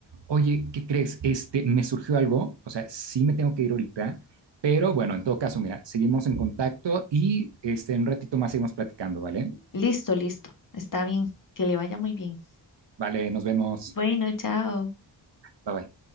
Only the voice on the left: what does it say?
Listo, listo. Está bien. Que le vaya muy bien.
Bueno, chao.